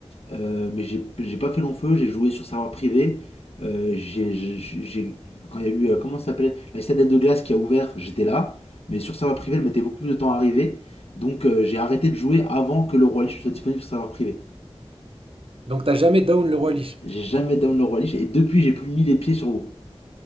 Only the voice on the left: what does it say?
Euh, mais j'ai j'ai pas fait long feu, j'ai joué sur serveur privé. Euh, j'ai, j'ai- j'ai- quand il y a eu, euh, comment ça s'appelait La citadelle de glace qui a ouvert, j'étais là. Mais sur serveur privé, elle mettait beaucoup plus de temps à arriver. Donc euh, j'ai arrêté de jouer avant que le Roi Lich soit disponible sur serveur privé.
J'ai jamais down le Roi Lich et depuis, j'ai plus mis les pieds sur vous.